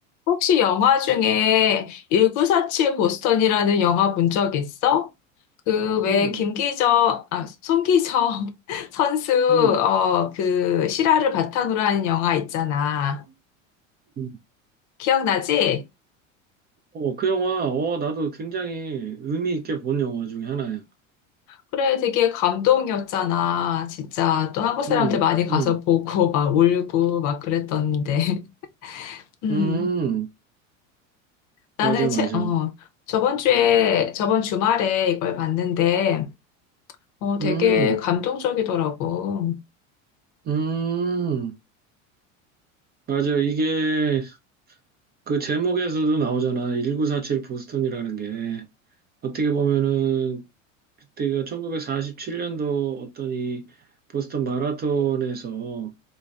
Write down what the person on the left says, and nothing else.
혹시 영화 중에 1947 보스턴이라는 영화 본 적 있어? 그 왜
김기정, 아, 송기정 <laughs> 선수,
어, 그 실화를 바탕으로 하는 영화 있잖아.
기억나지?
그래, 되게 감동이었잖아. 진짜. 또 한국 사람들
많이 가서
보고 <laughs> 막 울고 막 그랬던데. <laughs> 음,
나는
채,
어, 저번 주에, 저번 주말에 이걸 봤는데, 어, 되게
감동적이더라고.